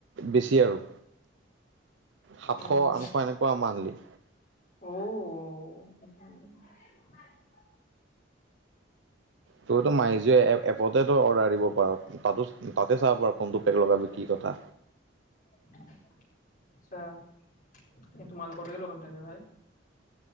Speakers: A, on the right; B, on the left.
A: বেছি আৰু, সাতশ
B: অ'
A: আন এনেকুৱা মানলি
B: অ'। <inaudible>
A: তইতো মাইজীও এ এপতে তো অৰ্ডাৰ দিব পাৰ। তাতো, তাতে চাব আৰু কোনটো পেক লগাবি কি কথা
B: আচ্ছা, এই তোমালোকৰ তাত লগাম তেনেহ'লে ভাই।